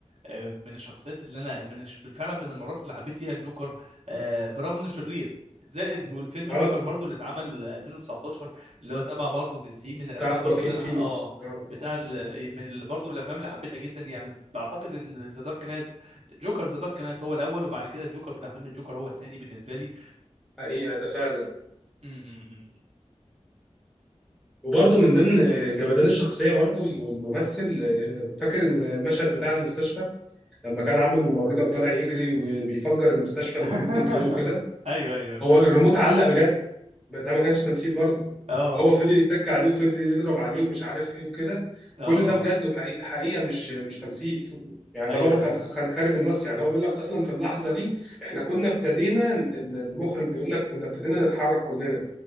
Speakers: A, on the right; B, in the centre.
A: آه، من الشخصيات اللي انا من الش- فعلا من المرات اللي حبيت فيها الجوكر آه، برغم انه شرير زائد والفيلم
B: اه
A: جوكر برضو اللي اتعمل 2019 اللي هو تبع برضو دي سي من الافلام
B: بتاع خواكين
A: برضو اللي انا
B: فينيكس
A: اه
B: اه
A: بتاع ال... من ال... برضو من الافلام اللي حبيتها جدا يعني بعتقد ان ذا دارك نايت جوكر ذا دارك نايت هو الاول وبعد كده الجوكر بتاع فيلم الجوكر هو الثاني بالنسبه لي
B: حقيقه ده فعلا
A: ب...
B: وبرده من ضمن جمدان الشخصيه برده والممثل آه، فاكر المشهد بتاع المستشفى لما كان عامل ممرضه وطالع يجري وبيفجر المستشفى
A: <laughs>
B: بالريموت كنترول وكده
A: ايوه ايوه فاكره
B: هو الريموت علق بجد ما ده ما كانش تمثيل برضه
A: اه
B: وهو فضل يتك عليه وفضل يضرب عليه ومش عارف ايه وكده
A: اه
B: كل
A: اه
B: ده بجد وحقيقة حقيقة مش مش تمثيل <laughs> يعني
A: ايوه
B: ده بره كان
A: ايوه
B: كان خارج النص يعني هو بيقول لك اصلا في اللحظة دي احنا كنا ابتدينا المخرج بيقول لك كنا ابتدينا نتحرك كلنا